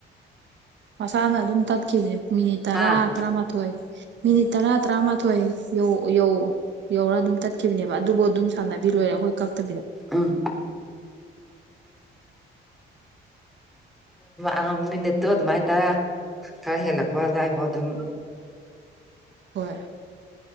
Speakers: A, on the right; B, in the centre.
A: ꯑꯁꯥꯅ ꯑꯗꯨꯝ ꯇꯀ ꯃꯤꯅꯤꯠ ꯇꯔꯥ
B: ꯑꯥ
A: ꯇꯔꯥꯃꯥꯊꯣꯏ ꯃꯤꯅꯤꯠ ꯇꯔꯥ ꯇꯔꯥꯃꯥꯊꯣꯏ ꯌꯧ ꯌꯧ ꯌꯧꯔꯒ ꯑꯗꯨꯝ ꯆꯠꯈꯤꯕꯅꯦꯕ ꯑꯗꯨꯕꯨ ꯑꯗꯨꯝ ꯁꯥꯟꯅꯕꯤ ꯂꯣꯏꯔꯦ ꯑꯩꯈꯣꯏ ꯀꯛꯇꯕꯤꯗ
B: ꯎꯝ ꯑꯗꯨ ꯃꯤꯅꯤꯠꯇꯣ ꯑꯗꯨꯃꯥꯏ ꯇꯔ ꯈꯔ ꯍꯦꯜꯂꯛꯄ ꯑꯗꯨꯗꯥꯋꯥꯏꯐꯣ ꯑꯗꯨꯝ <inaudible>
A: ꯍ